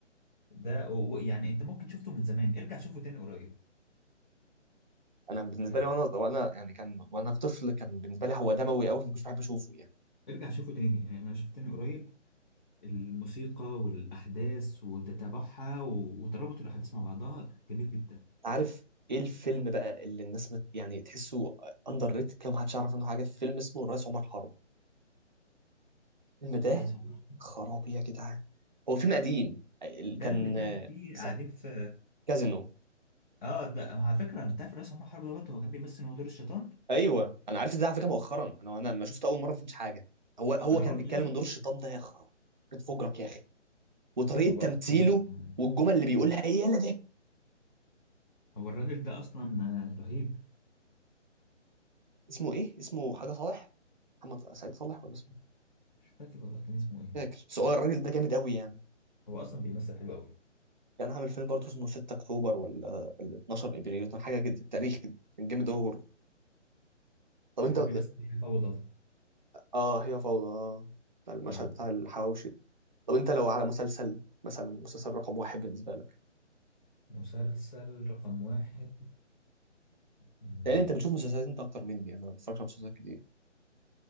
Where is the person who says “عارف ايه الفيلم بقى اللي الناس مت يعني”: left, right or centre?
Right